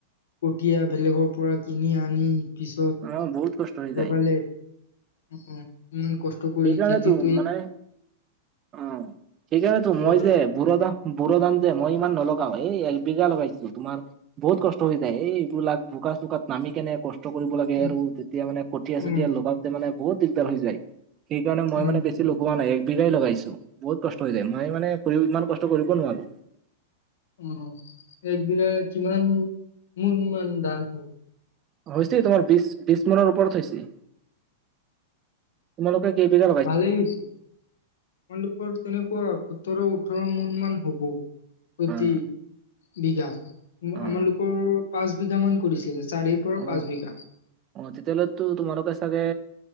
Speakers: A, on the left; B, on the right.
A: কঠীয়া বেলেগৰ পৰা কিনি আনি পিছত
B: অ বহুত কষ্ট হৈ যায়
A: লগালে, ইমান কষ্ট কৰি
B: সেইকাৰণেতো
A: খেতিত।
B: মানে অ, সেইকাৰণেতো
A: লগা
B: মই যে বুঢ়া ধা বু়ৰ ধান যে মই ইমান নলগাও, এই একবিঘা লগাইছো, তোমাৰ বহুত কষ্ট হৈ যায়, এই এইবিলাক বোকা-চোকাত নামি কেনে কষ্ট কষ্ট কৰিব লাগে
A: উম
B: আৰু তেতিয়া মানে কঠীয়া
A: উম
B: চঠীয়া লগাওঁতে মানে বহুত দিগদাৰ হৈ যায়। সেইকাৰণে মই
A: উম
B: মানে বেছি লগুৱা নাই এক বিঘাই লগাইছোঁ বহুত কষ্ট হৈ যায় মই মানে ইমান কষ্ট কৰিব নোৱাৰোঁ।
A: উম, এক বিঘাই কিমান মোন মান ধান হ'ল?
B: হৈছে তোমাৰ বিশ বিশ মোনৰ ওপৰত হৈছে। তোমালোকে কেই বিঘা
A: ভালেই হৈছে তোমালোকৰ তেনেকুৱা সোতৰ ওঠৰ মোন মান হ'ব। প্ৰতি
B: অ',
A: বিঘাত।
B: অ',
A: আমালোকৰ পাঁচ বিঘা মান কৰিছিল চাৰিৰ পৰা
B: অ',
A: পাঁচ বিঘা।
B: অ', তেতিয়া হ'লেতো তোমালোকে চাগে